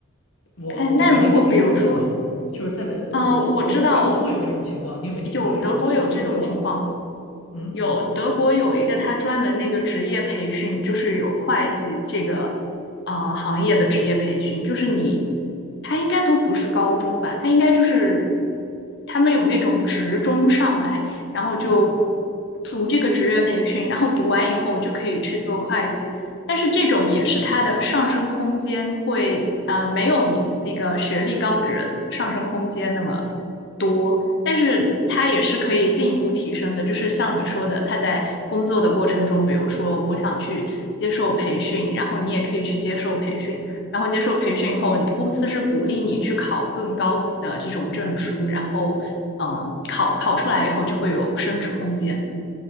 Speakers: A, on the left (about 75°); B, on the left (about 55°).
A: 我我不知道你有没有听说这种情况，
B: 哎，那如果比如说，
A: 就是在在我我我不知道德国有没有这种情况，
B: 呃，我知道
A: 你有没有听说这种？
B: 有德国有这种情况，
A: 就是在德国，嗯，
B: 有德国有一个他专门那个职业培训，就是有会计这个呃行业的职业培训，就是你他应该都不是高中吧，他应该就是他们有那种职中上来，然后就
A: 哦
B: 读这个职业培训，然后读完以后就可以去做会计，但是这种也是他的上升空间会呃没有你那个学历高的人上升空间那么。多，但是它也是可以进一步提升的。就是像你说的，他在工作的过程中，比如说我想去接受培训，然后你也可以去接受培训，然后接受培训以后，公司是鼓励你去考更高级的这种证书，然后嗯，考考出来以后就会有升值空间。